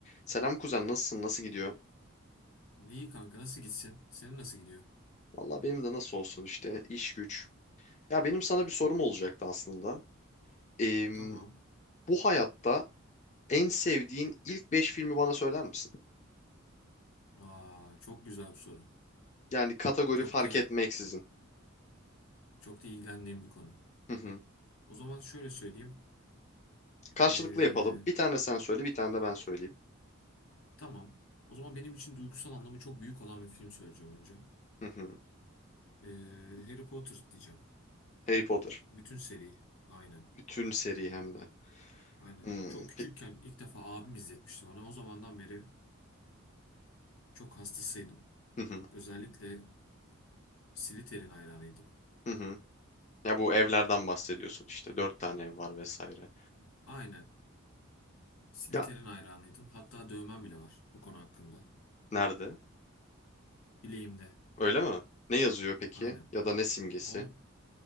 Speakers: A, on the left; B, on the left.
A: Selam kuzen nasılsın? Nasıl gidiyor?
B: İyi kanka nasıl gitsin? Senin nasıl gidiyor?
A: Valla benim de nasıl olsun işte iş güç. Ya benim sana bir sorum olacaktı aslında. Eee,
B: Tamam.
A: bu hayatta en sevdiğin ilk 5 filmi bana söyler misin?
B: Aa, çok güzel bir soru.
A: Yani kategori
B: Çok
A: fark
B: da
A: etmeksizin.
B: çok da ilgilendiğim bir konu.
A: Hı hı.
B: O zaman şöyle söyleyeyim.
A: Karşılıklı
B: Ee,
A: yapalım. Bir tane sen söyle, bir tane de ben söyleyeyim.
B: tamam. O zaman benim için duygusal anlamı çok büyük olan bir film söyleyeceğim önce.
A: Hı hı.
B: Ee, Harry Potter diyeceğim.
A: Harry Potter.
B: Bütün seri. Aynen.
A: Bütün seri hem de.
B: Aynen.
A: Hmm.
B: Çok küçükken
A: Pe-
B: ilk defa abim izletmişti bana. O zamandan beri çok hastasıydım.
A: Hı hı.
B: Özellikle Slytherin hayranıydım.
A: Hı hı. Ya bu evlerden bahsediyorsun işte. Dört tane ev var vesaire.
B: Aynen. Slytherin
A: Ya
B: hayranıydım. Hatta dövmem bile var bu konu hakkında.
A: nerede?
B: Bileğimde.
A: Öyle mi? Ne yazıyor peki?
B: Aynen.
A: Ya da ne simgesi?
B: Al-